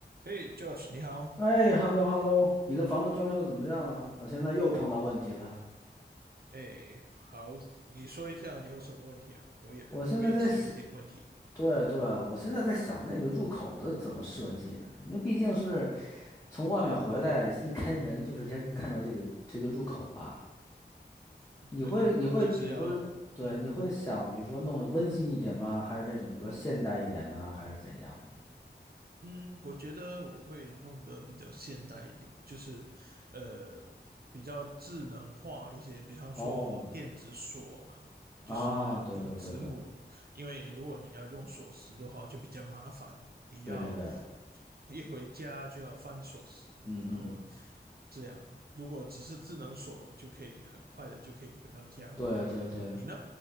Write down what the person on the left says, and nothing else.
哎，hello hello，你的房子装修的怎么样了？我现在又碰到问题了。
我现在在想，对啊对啊，
我现在在想那个入口的怎么设计呢？因为毕竟是从外面回来，一开门就是先看到这个这个入口嘛。
你会你会比如说，
对，你会想，比如说弄得温馨一点吗？还是那种比如说现代一点呢？还是怎样？
哦，啊，
对对对对
对对对，
嗯嗯，
对对对。